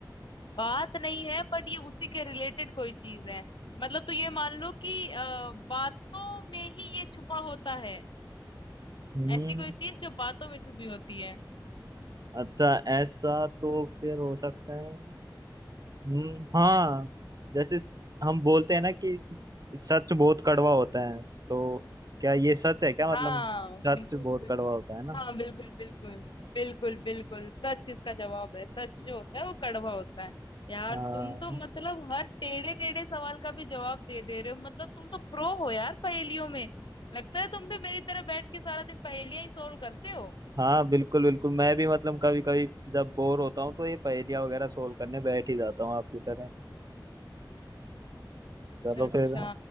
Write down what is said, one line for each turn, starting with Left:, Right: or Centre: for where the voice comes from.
Left: बात नहीं है बट ये उसी के रिलेटेड कोई चीज है मतलब तो ये मान लो कि आ, बातों में ही ये छुपा होता है
Right: हम्म
Left: ऐसी कोई चीज जो बातों में छुपी होती है
Right: अच्छा ऐसा तो फिर हो सकता है हम्म, हाँ जैसे हम बोलते हैं ना कि सच बहुत कड़वा होता है तो क्या ये सच है क्या मतलब
Left: हाँ
Right: सच
Left: बिल्कुल
Right: बहुत कड़वा होता है ना
Left: हाँ बिल्कुल बिल्कुल बिल्कुल बिल्कुल सच इसका जवाब है सच जो होता है वो कड़वा होता है यार
Right: हाँ
Left: तुम तो मतलब हर टेढ़े टेढ़े सवाल का भी जवाब दे दे रहे हो मतलब तुम तो प्रो हो यार पहेलियों में लगता है तुम भी मेरी तरह बैठ के सारा दिन पहेलियां ही सोल्व करते हो
Right: हाँ बिल्कुल बिल्कुल मैं भी मतलब कभी कभी जब बोर होता हूँ तो ये पहेलियाँ वगैरह सोल्व करने बैठ ही जाता हूँ आपकी तरह चलो
Left: अच्छा अच्छा
Right: फिर